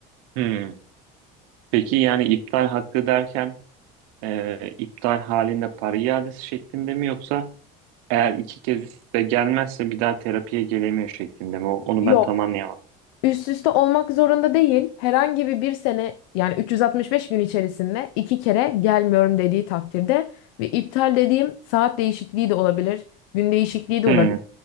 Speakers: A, on the right; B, on the left.
A: Hmm. Peki yani iptal hakkı derken e, iptal halinde para iadesi şeklinde mi yoksa eğer iki kez de gelmezse bir daha terapiye gelemiyor şeklinde mi? O- Onu
B: Yok.
A: ben tam anlayamadım.
B: Üst üste olmak zorunda değil. Herhangi bir bir sene yani 365 gün içerisinde iki kere gelmiyorum dediği takdirde ve iptal dediğim saat değişikliği de olabilir, gün değişikliği de
A: Hmm.
B: olabilir.